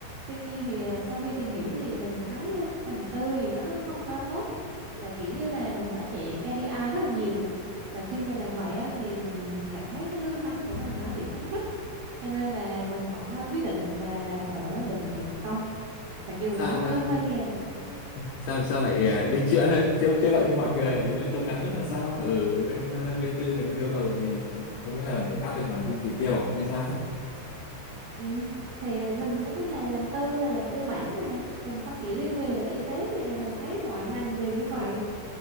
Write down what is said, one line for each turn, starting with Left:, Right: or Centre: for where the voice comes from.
Right: tuy nhiên thì à, sau khi tìm hiểu thì mình thấy à, làm tư thì nó không có tốt là kiểu như là mình phải chạy KPI rất là nhiều và khi mà làm vậy á, thì mình cảm thấy cái lương tâm của mình nó bị cắn rứt cho nên là mình vẫn ờ, quyết định là làm ở bệnh viện công mặc dù
Left: Sao
Right: nó
Left: sao
Right: hơi nghèo
Left: sao sao lại à, đi chữa chữa chữa bệnh cho mọi người lại lên tố cán rất là sao ở bên à, bên tư thì ta yêu cầu gì có nghĩa là phải áp lực bản thân chỉ tiêu hay sao
Right: ừ. thì mình nói chung là làm tư là làm tư bản mà mình không chỉ riêng về y tế mà mình thấy mọi ngành đều như vậy